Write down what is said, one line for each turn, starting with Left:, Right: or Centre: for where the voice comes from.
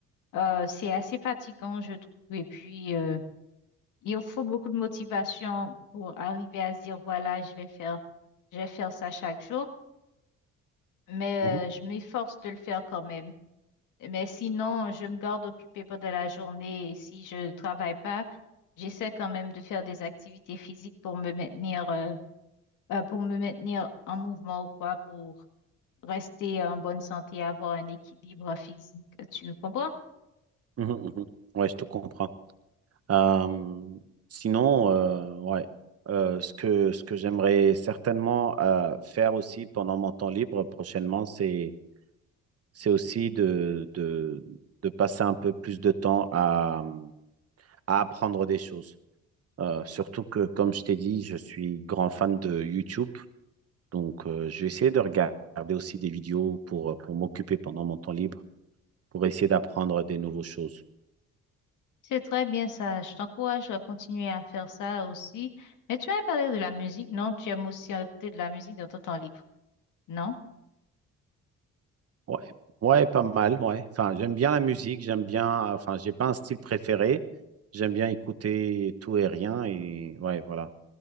Left: Euh, c'est assez fatigant, je trouve. Et puis, euh, il faut beaucoup de motivation pour arriver à se dire, voilà, je vais faire, je vais faire ça chaque jour. Mais
Right: Mhm,
Left: euh, je m'efforce de le faire quand même. Mais sinon, je me garde occupée pendant la journée. Et si je travaille pas, j'essaie quand même de faire des activités physiques pour me maintenir, euh, euh, pour me maintenir en mouvement ou quoi, pour rester en bonne santé, avoir un équilibre physique. Tu comprends?
Right: mhm, mhm. Ouais, je te comprends. Euh, sinon, euh, ouais, euh, ce que, ce que j'aimerais certainement euh, faire aussi pendant mon temps libre prochainement, c'est c'est aussi de, de, de passer un peu plus de temps à, à apprendre des choses. Euh, surtout que, comme je t'ai dit, je suis grand fan de YouTube. Donc, euh, je vais essayer de regarder aussi des vidéos pour, pour m'occuper pendant mon temps libre, pour essayer d'apprendre des nouvelles choses.
Left: C'est très bien ça. Je t'encourage à continuer à faire ça aussi. Mais tu as parlé de la musique, non? Tu aimes aussi écouter de la musique dans ton temps libre, non?
Right: Ouais, ouais, pas mal, ouais. Enfin, j'aime bien la musique, j'aime bien, enfin, j'ai pas un style préféré. J'aime bien écouter tout et rien et ouais, voilà.